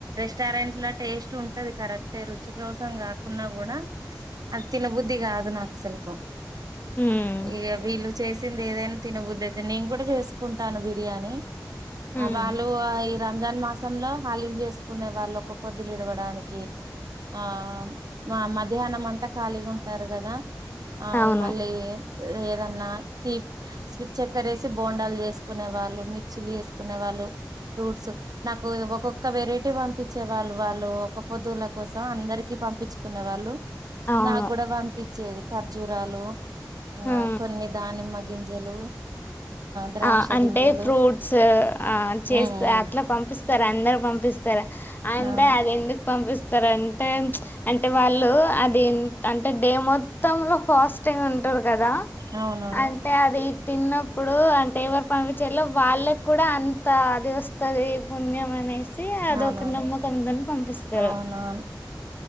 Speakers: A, on the right; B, on the left.
A: రెస్టారెంట్లా టేస్ట్ ఉంటది కరెక్ట్ రుచి కోసం కాకున్నా కూడా అది తినబుద్ధి కాదు నాకు అసలులకు
B: ఉమ్
A: ఇక బిల్లు చేసింది ఏదైనా తినబదు అయితే నేను కూడా చేసుకుంటాను బిర్యానీ
B: ఉమ్
A: అ బాలు రంజాన్ మాసంలో హాలీం చేసుకునే వాళ్ళు ఒక పొద్దులు ఇడవడానికి ఆ మా మధ్యాహ్నం అంతా ఖాళీగా ఉంటారు కదా ఆ
B: అవును
A: మళ్ళీ ఏదన్నా తీ స్విట్ చెక్కర వేసి బోండాలు చేసుకునే వాళ్ళు మిర్చిలు చేసుకునే వాళ్ళు ఫ్రూట్స్ నాకు ఒక్కొక్క వెరైటీ పంపించే వాళ్ళు వాళ్ళు ఒక పొదుల కోసం అందరికి పంపించుకునే వాళ్ళు
B: అవును
A: నా కూడా పంపి వచ్చేది ఖర్జూరాలు ఆ
B: ఉమ్
A: కొన్ని దానిమ్మ గింజలు ద్రాక్ష
B: ఆ అంటే
A: గింజలు
B: ఫ్రూట్స్ ఆ చేస్త
A: ఉమ్ ఉమ్
B: అట్లా పంపిస్తారు అందరు పంపి రా అంటే
A: అవును
B: అది ఎందుకు పంపిస్త స్తారు అంటే అంటే వాళ్ళు అది అంటే డే మొత్తంలో ఫాస్టింగ్ ఉంటారు కదా
A: అవునవును
B: అంటే అది తిన్నప్పుడు అ టేవర్ పంపించేలో వాళ్ళకి కూడా అంత అది వస్తది పుణ్యం అనే సి అదొక
A: అవునవును
B: నమ్మకముందని పంపిస్తారు
A: అవునవును